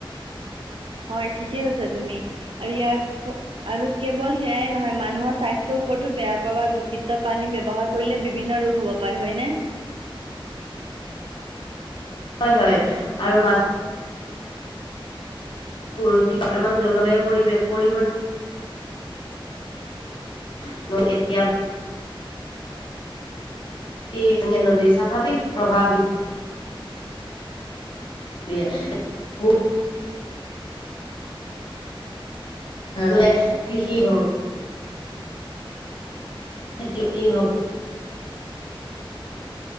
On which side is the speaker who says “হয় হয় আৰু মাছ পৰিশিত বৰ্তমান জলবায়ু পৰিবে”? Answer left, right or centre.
Left